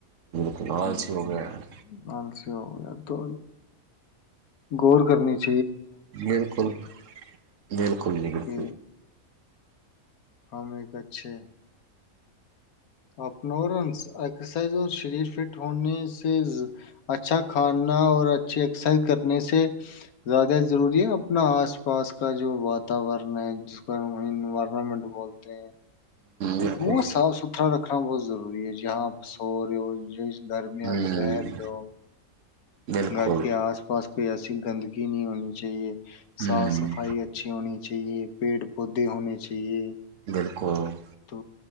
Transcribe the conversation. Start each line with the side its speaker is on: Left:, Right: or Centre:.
Right: ک نظاچ
Left: ہوں
Right: ہووگ <unintelligible>
Left: آلسی ہو گیا تو ور کرنیاہ <unintelligible>
Right: نیر کول نل کول جگ
Left: کہ
Right: ہے <unintelligible>
Left: ہم ایک اچھے اپننس ایکسرسائز اور شریر فٹ ہونے سے اچھا کھانا اور یہ ایکسائز کرنے سے <unintelligible> زیادہ ضروری ہے اب نہ آس پاس کا جو بات ورن ہے جس کو ن <inaudible> انوائرمنٹ بولتے ہیں
Right: بالکل
Left: وہ صاف ستا <unintelligible> بہت ضروری ہے جہاں سور گرمیاں
Right: ہوں
Left: پر رہ رہی ہو
Right: بالکل
Left: گھر کے آس پاس کے ایسے گندگی نہیں ہونی چاہیے
Right: ہوں
Left: صاف صفائی اچھی ہونی چاہیے پیڑ پودے ہونے چاہیے
Right: بالکل
Left: تو